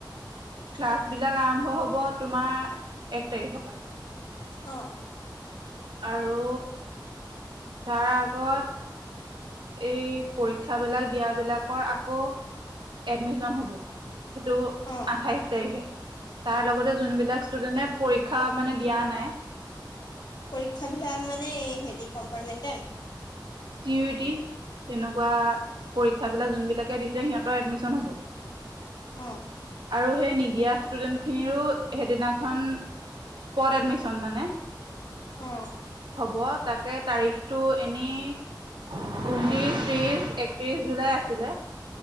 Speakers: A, on the right (about 75°); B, on the left (about 60°).
A: ক্লাছবিলাক আৰম্ভ হ'ব তোমাৰ এক তাৰিখ পা।
B: অ'।
A: আৰু তাৰ আগত এই পৰীক্ষাবলাক দিয়াবিলাকৰ আকৌ এডমিশন হ'ব, সেইটো
B: অ',
A: আঠাইশ তাৰিখে। তাৰ লগতে যোনবিলাক ষ্টুডেণ্টে পৰীক্ষা মানে দিয়া নাই
B: পৰীক্ষবিলাক মানে হেৰি কম্পাৰ্টমেণ্টেল?
A: টিউটি। তেনেকুৱা পৰীক্ষাবিলাক যোনবিলাকে দিছে সিহঁতৰ এডমিশ্যন হ'ব।
B: অ'।
A: আৰু সেই নিদিয়া ষ্টুডেন্টখিনিৰো সেইদিনাখন স্পট এডমিশ্যন মানে
B: অ'।
A: হ'ব তাতে তাৰিখটো এনেই ঊনত্ৰিশ, ত্ৰিশ, একত্ৰিশ জুলাই আছিলে।